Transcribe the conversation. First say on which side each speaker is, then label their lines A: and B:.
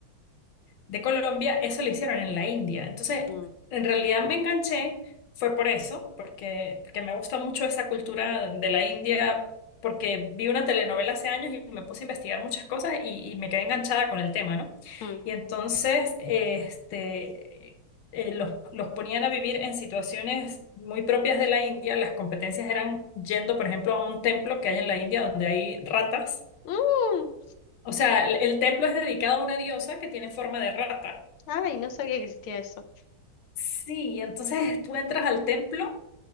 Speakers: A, on the left; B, on the left.
A: de Colombia, eso lo hicieron en la India. Entonces,
B: Mm,
A: en realidad me enganché, fue por eso, porque, porque me gusta mucho esa cultura de la India, porque vi una telenovela hace años y me puse a investigar muchas cosas y, y me quedé enganchada con el tema, ¿no?
B: mm.
A: Y entonces, este... eh, los, los ponían a vivir en situaciones muy propias de la India. Las competencias eran yendo, por ejemplo, a un templo que hay en la India donde hay ratas.
B: Mm,
A: O sea, el el templo es dedicado a una diosa que tiene forma de rata.
B: Ay, no sabía que existía eso.
A: Sí, entonces tú entras al templo